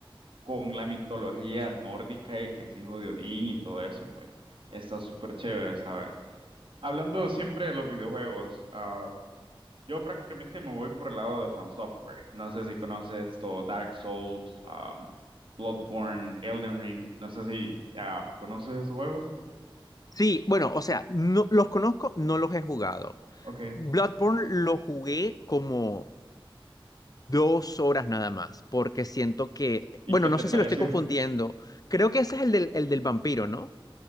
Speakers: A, on the right; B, on the left.
A: con la mitología nórdica y que es hijo de Odín y todo eso, pues está súper chévere, ¿sabes? Hablando siempre de los videojuegos, ah, yo prácticamente me voy por el lado de From Software. No sé si conoces todo Dark Souls, um, Bloodborne, Elden Ring. No sé si ah, conoces esos juegos.
B: Sí, bueno, o sea, no, los conozco, no los he jugado.
A: Ok.
B: Bloodborne lo jugué como Dos horas nada más, porque siento que,
A: ¿Y
B: bueno,
A: qué
B: no
A: te
B: sé
A: <laughs> pareció?
B: si lo estoy confundiendo. Creo que ese es el del, el del vampiro, ¿no?